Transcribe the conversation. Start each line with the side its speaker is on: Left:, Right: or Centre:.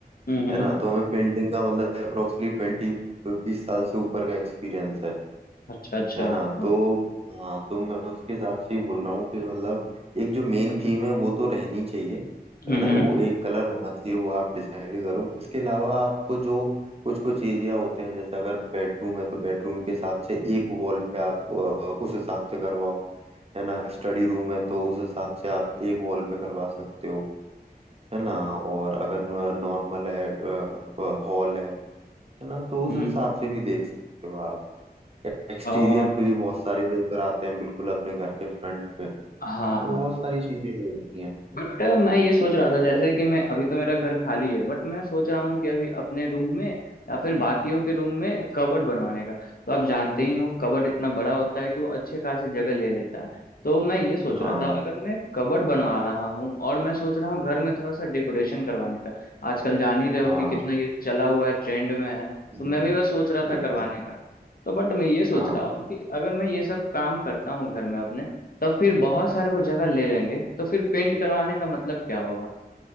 Left: हम्म हम्म,
Right: है ना तो हमें पेंटिंग का मतलब अप्रोक्सली ट्वेंटी बीस साल से ऊपर का एक्सपीरियंस है
Left: अच्छा अच्छा
Right: है ना
Left: हम्म
Right: तो हाँ तो मैं उसके हिसाब से ही बोल रहा हूँ कि मतलब एक जो मेन थीम है वो तो रहनी चाहिए
Left: हम्म
Right: है ना वो एक कलर होना चाहिए वो आप डिसाइड करो इसके अलावा आपको जो कुछ कुछ एरिया होते हैं जैसे अगर बेडरूम है तो बेडरूम के हिसाब से एक वॉल पे आप अ, उस हिसाब से करवाओ है ना स्टडी रूम है तो उस हिसाब से आप एक वॉल पे करवा सकते हो है ना और अगर नॉर्मल है हॉल है है ना तो उस
Left: हम्म
Right: हिसाब
Left: हम्म,
Right: से
Left: हम्म।
Right: भी देख सकते हो आप एक्सटीरियर
Left: और
Right: पे भी बहुत सारे लोग कराते हैं बिल्कुल अपने घर के फ्रंट पे
Left: हाँ
Right: तो
Left: हाँ
Right: बहुत सारी चीजें ही होती हैं
Left: बट मैं ये सोच रहा था जैसे कि मैं अभी तो मेरा घर खाली है बट मैं सोच रहा हूँ कि अभी अपने रूम में या फिर बाकियों के रूम में कबर्ड बनवाने का तो आप जानते ही हो कबर्ड इतना बड़ा होता है कि वो अच्छे खासी जगह ले लेता है तो मैं ये सोच
Right: हाँ
Left: रहा था अगर मैं कबर्ड बनवा रहा हूँ और मैं सोच रहा हूँ घर में थोड़ा सा डेकोरेशन करवाने का आजकल जान ही रहे हो
Right: हाँ
Left: कि कितना ये चला हुआ है ट्रेंड में है तो मैं
Right: बिल्कुल
Left: भी बस सोच रहा था
Right: बिल्कुल
Left: करवाने का तो बट मैं ये सोच
Right: हाँ
Left: रहा हूँ कि अगर मैं ये सब काम करता हूँ घर में अपने तब फिर बहुत सारे वो जगह ले लेंगे तो फिर पेंट करवाने का मतलब क्या होगा